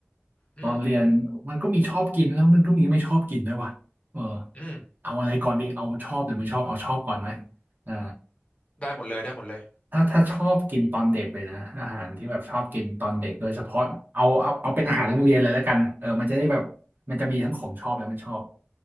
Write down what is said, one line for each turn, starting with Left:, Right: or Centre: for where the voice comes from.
Left: อืมอืม
Right: ตอนเรียนมันก็มีชอบกินแล้วมันก็มีไม่ชอบกินด้วยว่ะเออ
Left: อืม
Right: เอาอะไรก่อนดีเอาชอบหรือไม่ชอบเอาชอบก่อนไหมอ่า
Left: ได้หมดเลยได้หมดเลย
Right: ถ้าถ้าชอบกินตอนเด็กเลยนะอาหารที่แบบชอบกินตอนเด็กโดยเฉพาะเอาเอาเอาเป็นอาหารโรงเรียนเลยแล้วกันเออมันจะได้แบบมันจะมีทั้งของชอบและไม่ชอบ